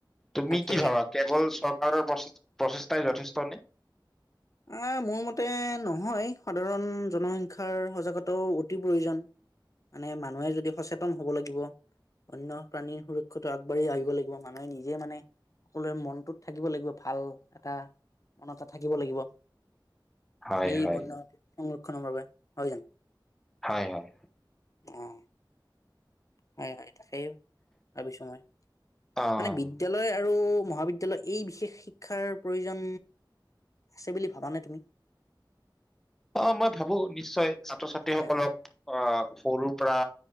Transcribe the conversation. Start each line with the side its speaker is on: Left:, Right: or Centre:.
Centre: তুমি
Left: তাকে
Centre: কি ভাবা কেৱল চ। প্ৰচেষ্টাই যথেষ্টনে?
Left: আহ মোৰ মতে নহয় সাধাৰণ জনসংখ্য্াৰ সজাগতাও অতি প্ৰয়োজন মানে মানুহে যদি সচেতন হব লাগিব অনন্য প্ৰাণীৰ সুৰক্ষিতটো আগবাঢ়ি আহিব লাগিব মানুহে নিজে মানে সকলোৰে মনটোত থাকিব লাগিব ভাল এটা মন এ থাকিব লাগিব।
Centre: হয়
Left: সেই
Centre: হয়
Left: বনত সংৰক্ষ। সংৰক্ষণ ভাবে হয় জানো?
Centre: হয় হয়
Left: অ হয় হয় তাকেই ভাবিছো মই
Centre: অ
Left: মানে বিদ্যালয়? আৰু মহাবিদ্যালয় এই বিশেষ শিক্ষাৰ প্ৰয়োজন আছে বুলি ভাবানে তুমি।
Centre: অ মই ভাবো নিশ্চয়? ছাত্ৰ ছাত্ৰী
Left: হয়
Centre: সকলক
Left: হয়
Centre: আহ সৰুৰ পৰা